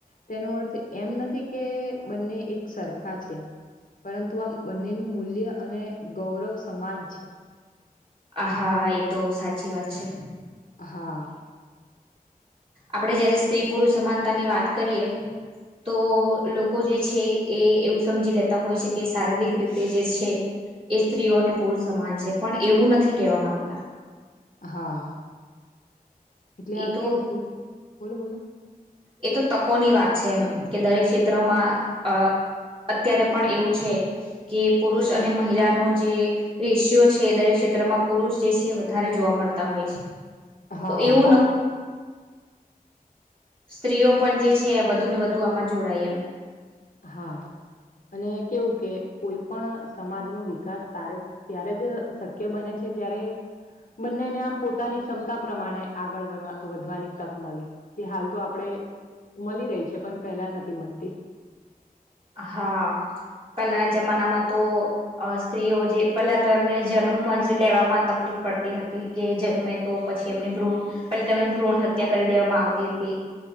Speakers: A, on the left; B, on the right.
A: તેનો અર્થ એમ નથી કે બંને એક સરખા છે પરંતુ આમ બંનેનું મૂલ્ય અને ગૌરવ સમાન છે
B: આ હા એ તો સાચી વાત છે
A: હા
B: આપડે જયારે સ્ત્રી-પુરુષ સમાનતા ની વાત કરીએ તો લોકો જે છે એ એવું સમજી લેતા હોય છે કે શારીરિક રીતે જે છે એ સ્ત્રીઓને પુરુષ સમાન છે પણ એવું નથી કેવા માંગતા
A: હા એટલે આમ
B: એ તો
A: કેવું કે બોલો બોલો
B: એ તો પકોની વાત છે એમ કે દરેક ક્ષેત્રમાં અ અત્યારે પણ એવું છે કે પુરુષ અને મહિલાનો જે રેશીઓ છે દરેક ક્ષેત્રમાં પુરુષ જે છે વધારે જોવા મળતા હોય છે
A: હા
B: તો એવું ન સ્ત્રીઓ પણ જે છે વધુ ને વધુ આમાં જોડાય એમ
A: હા અને કેવું કે કોઈ પણ સમાજનું વિકાસ <inaudible> ત્યારે જ શક્ય બને છે જ્યારે બંનેને આમ પોતાની ક્ષમતા પ્રમાણે આગળ વનવા વધવાની તક મલે કે હાલ તો આપડે મલી રહી છે પણ પહેલા નથી મલતી
B: હા પેલાના જમાનામાં તો અ સ્ત્રીઓ જે પેલા તો એમને જનમમા જ લેવામાં તકલીફ પડતી હતી કે જન્મે તો પ છી એમની ભ્રૂણ પેલ તમે ભ્રૂણ હત્યા કરી દેવામાં આવતી તી